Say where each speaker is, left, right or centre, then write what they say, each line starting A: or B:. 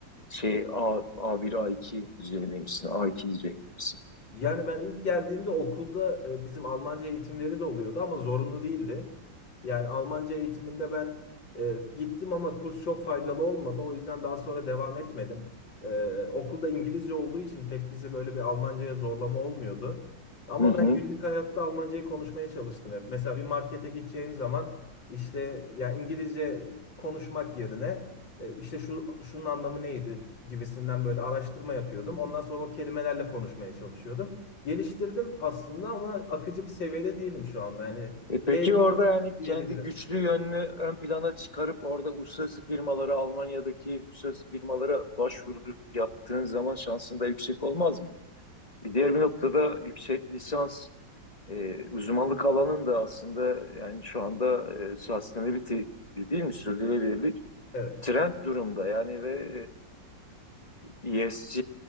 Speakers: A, on the left; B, on the left.
A: şey A, A1, A2 düzeyinde misin? A2 düzeyinde misin?
B: Yani ben ilk geldiğimde okulda e, bizim Almanca eğitimleri de oluyordu ama zorunlu değildi. Yani Almanca eğitiminde ben e, gittim ama kurs çok faydalı olmadı. O yüzden daha sonra devam etmedim. E, okulda İngilizce olduğu için pek bizi böyle bir Almancaya zorlama olmuyordu. Ama
A: Hı hı.
B: ben günlük hayatta Almancayı konuşmaya çalıştım hep. Mesela bir markete gideceğim zaman işte yani İngilizce konuşmak yerine e, işte şu şunun anlamı neydi gibisinden böyle araştırma yapıyordum. Ondan sonra o kelimelerle konuşmaya çalışıyordum. Geliştirdim aslında ama akıcı bir seviyede değilim şu anda. Yani
A: E peki
B: B1
A: orada yani
B: diyebilirim.
A: kendi güçlü yönünü ön plana çıkarıp orada uluslararası firmalara, Almanya'daki uluslararası firmalara başvuru yaptığın zaman şansın da yüksek olmaz mı? Bir diğer bir noktada yüksek lisans e, uzmanlık alanın da aslında yani şu anda e, sustainability değil mi? Sürdürülebilirlik
B: Evet.
A: trend durumda yani ve e, ESG,